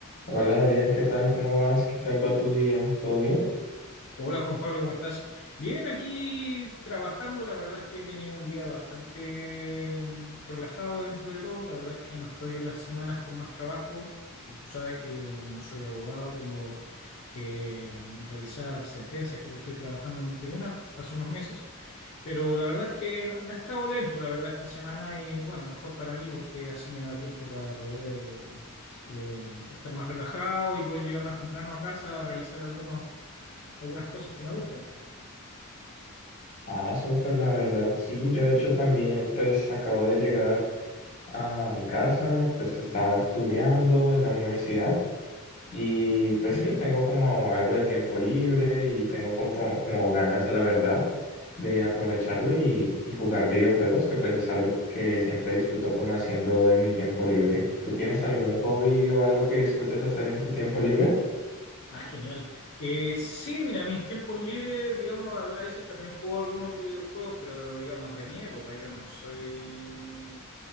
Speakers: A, on the left; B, on the left.
A: Hola Adriel, ¿qué tal? ¿Cómo vas? ¿Qué tal va tu día? ¿Todo bien?
B: Hola Juan Pablo, ¿cómo estás? Bien, aquí trabajando, la verdad es que he tenido un día bastante mm, relajado dentro de todo, la verdad es que no estoy en las semanas con más trabajo, Eh, tú sabes que yo como soy abogado tengo que mm, revisar sentencias porque estoy trabajando en un tribunal hace unos meses, pero la verdad es que ha estado lento, la verdad, esta semana y bueno, mejor para mí porque así me da tiempo para poder eh, estar más relajado y poder llegar más temprano a casa a realizar algunos algunas cosas que me gustan.
A: Ah, súper, la verdad. Sí, yo de hecho también, pues acabo de llegar a mi casa, pues estaba estudiando en la universidad y pues
B: <clears throat>
A: sí, tengo como algo de tiempo libre y tengo como, como ganas, la verdad, de aprovecharlo y, y jugar videojuegos, que pues es algo que siempre disfruto como haciendo en mi tiempo libre. ¿Tú tienes algún hobby o algo que disfrutes hacer en tu tiempo libre?
B: Ah, genial. Eh, sí, mira, mis tiempos libres, digamos, a veces también juego algunos videojuegos, pero digamos de mi época, yo no soy,